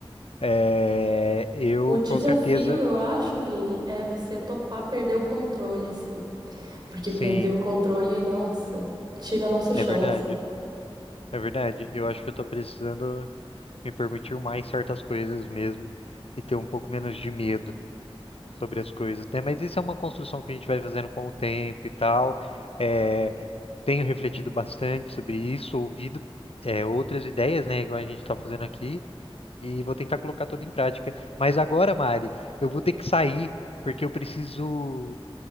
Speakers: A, on the left (about 80°); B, on the right (about 45°).
A: É, eu
B: O desafio,
A: com certeza,
B: eu acho, Vini, é você topar perder o controle, assim. Porque
A: sim,
B: perder o controle, nossa, tira nosso chão,
A: é verdade,
B: assim.
A: é verdade. Eu acho que eu tô precisando me permitir mais certas coisas mesmo e ter um pouco menos de medo sobre as coisas, né? Mas isso é uma construção que a gente vai fazendo com o tempo e tal. É, tenho refletido bastante sobre isso, ouvido, é, outras ideias, né, igual a gente tá fazendo aqui, e vou tentar colocar tudo em prática. Mas agora, Mari, eu vou ter que sair porque eu preciso